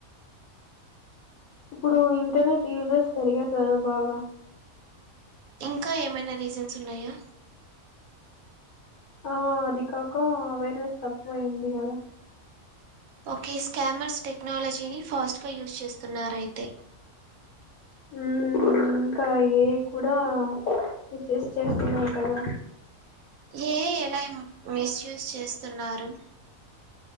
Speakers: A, on the left (about 85°); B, on the right (about 75°).
A: ఇప్పుడు ఇంటర్నెట్ యూజర్స్ పెరిగారు కదా బాగా
B: ఇంకా ఏమైనా రీజన్స్ ఉన్నాయా
A: ఆ అది కాక వేర్నెస్ తక్కువయింది కదా
B: ఓకే స్కామర్స్ టెక్నాలజీని ఫాస్ట్ గా యూస్ చేస్తున్నారు అయితే
A: ఉ ఇంకా ఏఐ కూడా మిస్ యూస్ చేస్తున్నారు కదా
B: ఏఐ ఎలా మిస్ యూస్ చేస్తున్నారు